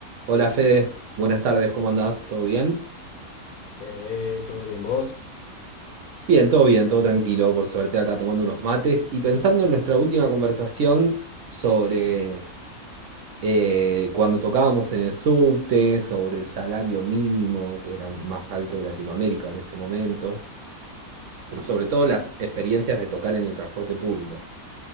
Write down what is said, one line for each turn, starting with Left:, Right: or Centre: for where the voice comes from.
Right: Hola Fede, buenas tardes, ¿cómo andás? ¿Todo bien?
Left: Fede, ¿todo bien vos?
Right: Bien, todo bien, todo tranquilo, por suerte, acá tomando unos mates y pensando en nuestra última conversación sobre eh, cuando tocábamos en el subte, sobre el salario mínimo, que era más alto de Latinoamérica en ese momento, pero sobre todo las experiencias de tocar en el transporte público.